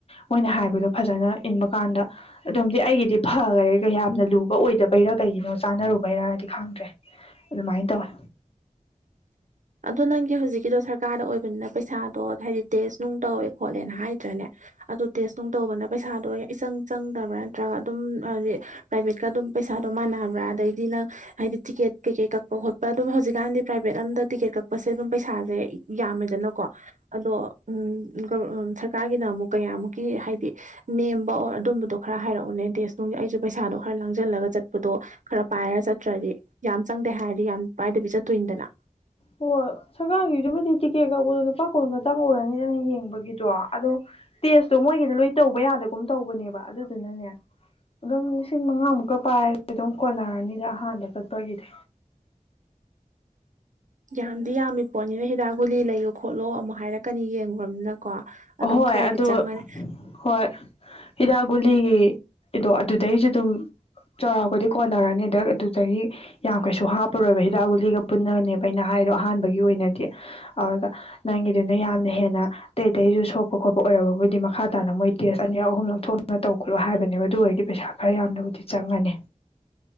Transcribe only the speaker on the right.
ꯑꯗꯣ ꯅꯪꯒꯤ ꯍꯧꯖꯤꯛꯀꯤꯗꯣ ꯁꯔꯀꯥꯔꯗ ꯑꯣꯏꯕꯅꯤꯅ ꯄꯩꯁꯥꯗꯣ ꯍꯥꯏꯗꯤ ꯇꯦꯁ ꯅꯨꯡ ꯇꯧꯋꯦ ꯈꯣꯠꯂꯦꯅ ꯍꯥꯏꯗ꯭ꯔꯅꯦ ꯑꯗꯨ ꯇꯦꯁ ꯅꯨꯡ ꯇꯧꯕꯅ ꯄꯩꯁꯥꯗꯣ ꯏꯆꯪ ꯆꯪꯗꯕ꯭ꯔꯥ ꯅꯠꯇ꯭ꯔꯒ ꯑꯗꯨꯝ ꯑꯗꯤ ꯄ꯭ꯔꯥꯏꯚꯦꯠꯀ ꯑꯗꯨꯝ ꯄꯩꯁꯥꯗꯣ ꯃꯥꯟꯅꯕ꯭ꯔꯥ ꯑꯗꯩꯗꯤ ꯅꯪ ꯍꯥꯏꯗꯤ ꯇꯤꯛꯀꯦꯠ ꯀꯩ ꯀꯩ ꯀꯛꯄ ꯈꯣꯠꯄ ꯑꯗꯨꯝ ꯍꯧꯖꯤꯛꯀꯥꯟꯗꯤ ꯄ꯭ꯔꯥꯏꯚꯦꯠ ꯑꯝꯗ ꯇꯤꯀꯦꯠ ꯀꯛꯄꯁꯦ ꯑꯗꯨꯝ ꯄꯩꯁꯥꯖꯦ ꯌꯥꯝꯃꯦꯗꯅꯀꯣ ꯑꯗꯣ ꯎꯝ ꯒꯣꯔ ꯁꯔꯀꯥꯔꯒꯤꯅ ꯑꯃꯨꯛ ꯀꯌꯥꯃꯨꯛꯀꯤ ꯍꯥꯏꯗꯤ ꯅꯦꯝꯕ ꯑꯣꯔ ꯑꯗꯨꯝꯕꯗꯣ ꯈꯔ ꯍꯥꯏꯔꯛꯎꯅꯦ ꯇꯦꯁ ꯅꯨꯡꯒꯤ ꯑꯩꯖꯨ ꯄꯩꯁꯥꯗꯣ ꯈꯔ ꯂꯥꯡꯖꯜꯂꯒ ꯆꯠꯄꯗꯣ ꯈꯔ ꯄꯥꯏꯔ ꯆꯠꯇ꯭ꯔꯗꯤ ꯌꯥꯝ ꯆꯪꯗꯦ ꯍꯥꯏꯔꯗꯤ ꯌꯥꯝ ꯄꯥꯏꯗꯕꯤ ꯆꯠꯇꯣꯏꯅꯤꯗꯅ
ꯌꯥꯝꯗꯤ ꯌꯥꯝꯃꯤ ꯄꯣꯠꯅꯤꯅ ꯍꯤꯗꯥꯛ ꯒꯨꯂꯤ ꯂꯩꯌꯣ ꯈꯣꯠꯂꯣ ꯑꯃꯨꯛ ꯍꯥꯏꯔꯛꯀꯅꯤ ꯌꯦꯡꯉꯨꯔꯥꯃꯤꯅ ꯀꯣ ꯑꯗꯨꯝ
ꯈꯔꯗꯤ
ꯆꯪꯉꯥꯅꯤ